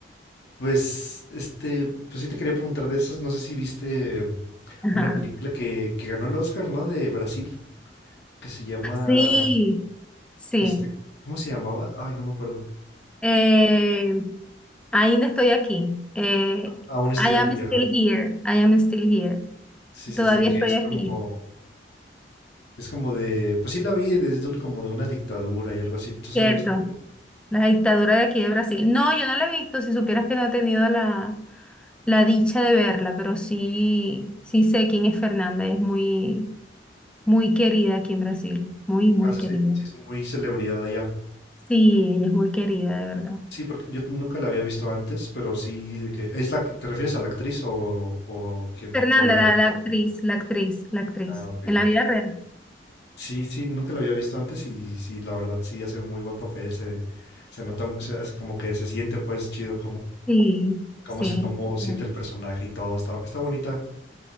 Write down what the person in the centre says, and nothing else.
Ajá.
Sí, sí.
Eh, ainda estoy aquí. Eh,
I
am still
here. I am still here.
Todavía
estoy
aquí.
Cierto,
la dictadura de aquí de Brasil. No, yo no la he visto, si supieras que no he tenido la, la dicha de verla, pero sí, sí sé quién es Fernanda, ella es muy, muy querida aquí en Brasil, muy, muy
querida.
Sí, ella es muy querida, de verdad.
Fernanda,
la, la actriz, la actriz, la actriz,
en la vida real.
Sí,
sí.
bien.